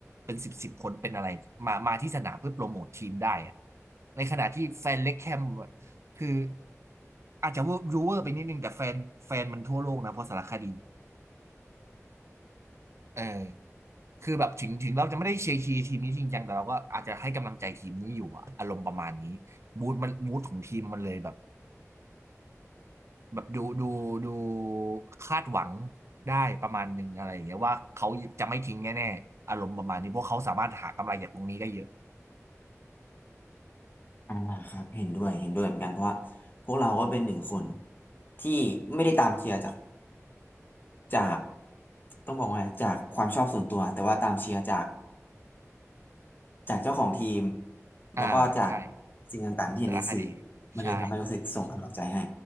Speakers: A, on the right; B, on the left.
A: เป็นสิบสิบคนเป็นอะไรมามาที่สนามเพื่อโปรโมททีมได้อะในขณะที่แฟนเล็กแคมอะคืออาจจะว่ารูเวอร์ไปนิดนึงแต่แฟนแฟนมันทั่วโลกนะเพราะสารคดีเออคือแบบถึงถึงเราจะไม่ได้เชียร์ทีมนี้จริงจังแต่เราก็อาจจะให้กำลังใจทีมนี้อยู่อะอารมณ์ประมาณนี้มูดมันมูดของทีมมันเลยแบบ แบบดูดูดูคาดหวังได้ประมาณหนึ่งอะไรอย่างเงี้ยว่าเขาจะไม่ทิ้งแน่ๆอารมณ์ประมาณนี้เพราะเขาสามารถหากำไรจากตรงนี้ได้เยอะ
B: อ่าครับเห็นด้วยเห็นด้วยเหมือนกันเพราะว่าพวกเราก็เป็นหนึ่งคนที่ไม่ได้ตามเชียร์จาก จากต้องบอกว่าจากความชอบส่วนตัวแต่ว่าตามเชียร์จากจากเจ้าของทีม
A: อ่าใช่
B: แล้วก็จากสิ่งต่างๆที่เห็นในสื่อ
A: แต่ละคดี
B: มันเลยทำให้รู้สึกส่งกำลังใจให้
A: ใช่